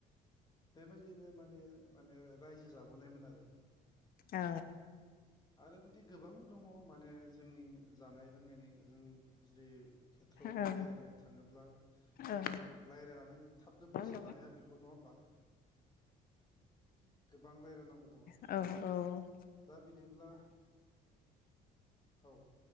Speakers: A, on the left; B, on the left.
A: बेबायदिनो माने माने रायजो जाबोनायमोन आरो।
B: औ
A: आरो बिदि गोबां दङ माने जोंनि जानाय जो जों जुदि खेथ्रयाव
B: औ
A: रायज्लायनो थाङोब्ला जोङो
B: औ
A: रायज्लायनानै थाबनो
B: गोबां
A: फोजोबनो
B: दं
A: हाया बेखौ नङा होमबा? गोबां रायलायनांगौ दङ
B: औ औ
A: दा बिदिब्ला औ